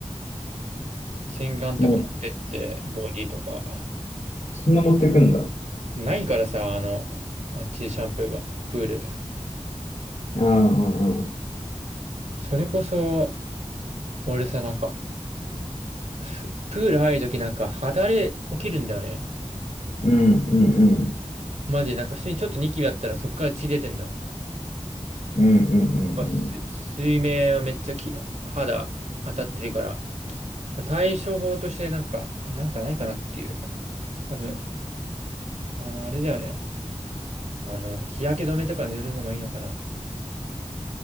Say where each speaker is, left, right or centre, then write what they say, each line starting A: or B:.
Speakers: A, on the right (about 75°); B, on the left (about 75°).
A: 洗顔とか持ってって、
B: い。もう、
A: ボディとか。
B: そんな持ってくんだ。あ
A: ないからさ、あの、あっちシャンプーが、プール。
B: あ、ああ、ああ
A: それこそ、俺さ、なんか、ふプール入るときなんか肌荒れ起きるんだよね。
B: うんうんうん。
A: マジでなんか普通にちょっとニキビあったらそっから血出てんの。やっ
B: うんうんうんうん。
A: ぱす水面はめっちゃき肌当たってるから、まあ、対処法としてなんか、なんかないかなっていう。多分、あの、あれだよね。あの、日焼け止めとか塗るのもいいのかなっていう。